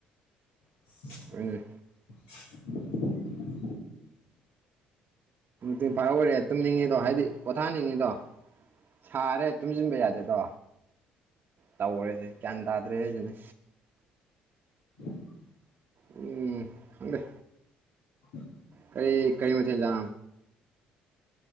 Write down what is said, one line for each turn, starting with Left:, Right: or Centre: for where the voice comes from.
Left: <unintelligible>
Right: ꯎꯝ
Left: <unintelligible>
Right: ꯇꯐꯥꯏ ꯑꯣꯏꯔꯦ ꯇꯨꯝꯅꯤꯡꯉꯤꯗꯣ ꯍꯥꯏꯗꯤ ꯄꯣꯊꯥꯅꯤꯡꯉꯤꯗꯣ ꯁꯥꯔꯦ ꯇꯨꯝꯁꯤꯟꯕ ꯌꯥꯗꯦꯗꯣ ꯇꯧꯔꯦꯁꯦ ꯒ꯭ꯌꯥꯟ ꯇꯥꯗ꯭ꯔꯦ ꯍꯥꯏꯁꯤꯅꯦ
Left: <unintelligible>
Right: ꯎꯝ ꯁꯪꯗꯦ
Left: ꯎꯝ
Right: ꯀꯔꯤ ꯀꯔꯤ ꯃꯊꯦꯡꯖ